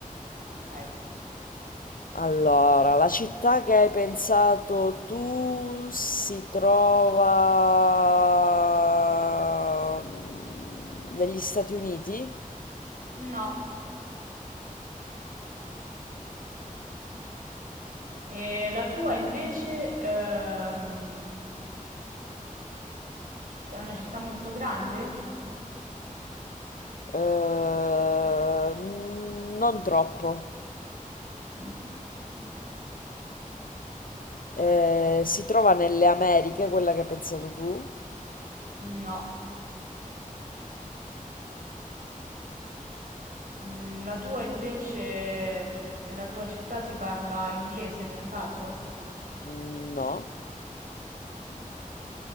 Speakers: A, on the right; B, on the left.
A: Ok,
B: Allora, la città che hai pensato tu si trova mm, negli Stati Uniti?
A: no. E la tua invece ehm, è una città molto grande?
B: Eh, mm, non troppo.
A: Mm, Ok,
B: Eh, si trova nelle Americhe, quella che hai pensato tu?
A: no. Mm, la tua invece, nella tua città si parla inglese per caso?
B: Mm, No.
A: Mm,